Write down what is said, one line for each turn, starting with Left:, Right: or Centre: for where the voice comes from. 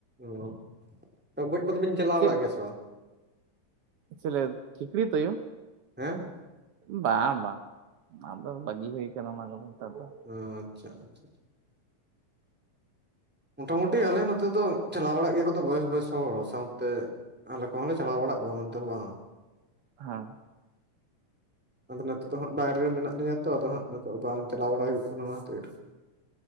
Centre: ᱦᱚ, ᱜᱚᱡ ᱠᱚᱫᱚ ᱵᱮᱱ ᱪᱟᱞᱟᱣ
Right: ᱪᱮᱫ
Centre: ᱵᱟᱲᱟᱜ ᱜᱮᱭᱟ ᱥᱮ ᱵᱟᱝ?
Right: ᱪᱮᱞᱮ ᱴᱷᱤᱠᱲᱤ ᱛᱳᱭᱳ᱾
Centre: ᱦᱮᱸ᱾
Right: ᱵᱟᱝ ᱵᱟᱝ ᱟᱫᱚ ᱵᱟᱹᱜᱤ ᱦᱩᱭ ᱠᱟᱱᱟ ᱚᱱᱟ ᱠᱚ ᱫᱚ ᱱᱮᱛᱟᱨ ᱫᱚ
Centre: ᱚ ᱟᱪᱪᱷᱟ ᱟᱪᱪᱷᱟ᱾ ᱢᱚᱴᱟᱢᱩᱴᱤ ᱟᱞᱮ ᱱᱚᱛᱮ ᱫᱚ ᱪᱟᱞᱟᱣ ᱵᱟᱲᱟᱜ ᱜᱮᱭᱟ ᱠᱚᱛᱚ ᱵᱚᱭᱮᱥ ᱵᱚᱭᱮᱥ ᱦᱚᱲ ᱥᱟᱶᱛᱮ ᱟᱞᱮ ᱠᱚᱦᱚᱸ ᱞᱮ ᱪᱟᱞᱟᱣ ᱵᱟᱲᱟᱜ <inaudible> ᱛᱚᱞᱢᱟ᱾
Right: ᱦᱮᱸ
Centre: ᱟᱫᱚ ᱱᱤᱛᱚᱜ ᱫᱚ ᱦᱟᱸᱜ ᱵᱟᱭᱨᱮ ᱨᱮ ᱢᱮᱱᱟᱜ ᱞᱤᱧᱟ ᱛᱚ ᱟᱫᱚ ᱦᱟᱸᱜ ᱱᱤᱛᱚᱜ ᱫᱚ ᱵᱟᱝ ᱪᱟᱞᱟᱣ ᱵᱟᱲᱟ ᱦᱩᱭᱩᱜ ᱠᱟᱱᱟ ᱚᱱᱟ ᱦᱚᱛᱤᱨ ᱾